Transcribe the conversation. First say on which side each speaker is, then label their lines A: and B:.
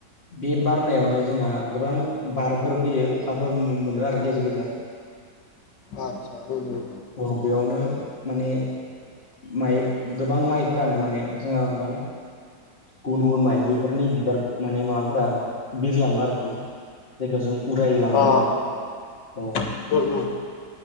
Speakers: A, on the left; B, on the left.
A: बे बारनायावनो जोंहा गोबां बारफोर फैयो अखाफोर मोनो आरो गेजेर गेजेर।
B: आतसा औ औ।
A: औ बेयावनो माने माइ गोबां माइफोरानो माने जोंहा दं गुबुन गुबुन माइ बेफोरनि
B: उम
A: बिबार माने माबाफोरा बिरलाङो आरोखि जायखौ जों उरायलाङो
B: अ
A: औ।
B: उम उम।